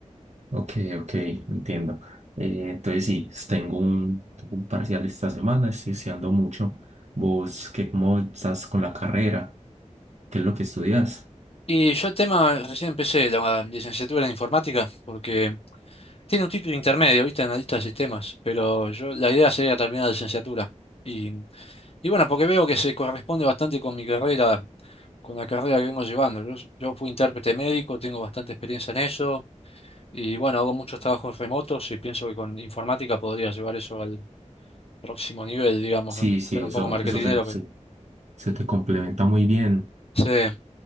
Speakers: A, on the right; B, on the left.
A: Ok, ok, entiendo. Eh, entonces, sí, tengo un, un parcial esta semana, estoy estudiando mucho. ¿Vos qué, cómo estás con la carrera? ¿Qué es lo que estudias?
B: Y yo el tema, recién empecé la licenciatura en informática porque tiene un título intermedio, ¿viste? Analista de sistemas, pero yo la idea sería terminar la licenciatura. Y, y bueno, porque veo que se corresponde bastante con mi carrera con la carrera que vengo llevando. Yo, yo fui intérprete médico, tengo bastante experiencia en eso y bueno, hago muchos trabajos remotos y pienso que con informática podría llevar eso al próximo nivel, digamos.
A: Sí,
B: ¿no?
A: sí,
B: Suena
A: eso,
B: un poco marketinero,
A: eso se, se,
B: pero
A: se te complementa muy bien.
B: sí,